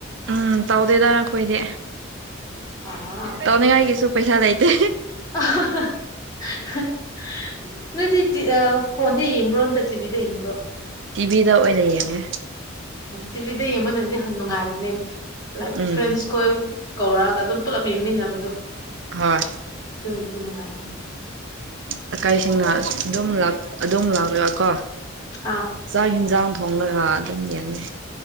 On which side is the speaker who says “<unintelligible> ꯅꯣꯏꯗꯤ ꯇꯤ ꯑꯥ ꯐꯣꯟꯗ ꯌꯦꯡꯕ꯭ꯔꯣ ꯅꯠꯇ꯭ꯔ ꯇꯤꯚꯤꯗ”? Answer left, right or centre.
Left